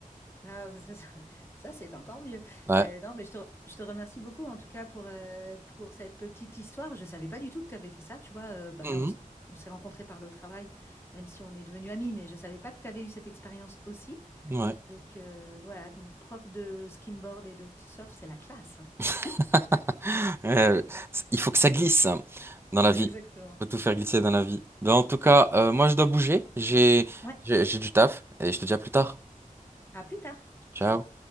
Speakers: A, on the left; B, on the right.
A: Ah, ça, ça- ça, c'est encore mieux.
B: Ouais.
A: Euh, non, mais je te, re- je te remercie beaucoup en tout cas pour, euh, pour cette petite histoire. Je ne savais pas du tout que tu avais fait ça. Tu vois, euh, bah
B: Mhm.
A: là, on se- on s'est rencontrés par le travail, même si on est devenus amis, mais je ne savais pas que tu avais eu cette expérience aussi.
B: Ouais.
A: Donc euh, voilà, donc prof de skimboard et de surf, c'est la classe. hein.
B: <laughs>
A: <laughs>
B: Euh, c- il faut que ça glisse hein, dans la vie.
A: Exactement.
B: Il faut tout faire glisser dans la vie. Ben, en tout cas, euh, moi, je dois bouger. J'ai,
A: Ouais,
B: j'ai j'ai du taf et je te dis à plus tard.
A: à plus tard.
B: Ciao.
A: Ciao.